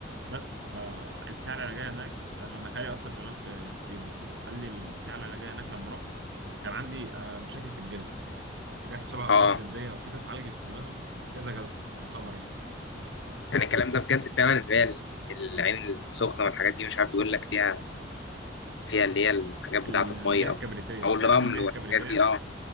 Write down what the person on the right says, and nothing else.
بس فالسياحة العلاجية هناك يعني انا خالي اصلا شغال في سيوة فقال لي السياحة العلاجية هناك لما رحت كان عندي آه، مشاكل في الجلد حاجات شبه
امراض جلديه او كده اتعالجت كلها في كذا جلسه يعتبر يعني
المياه
الكبريتيه
عارف المياه
الكبريتيه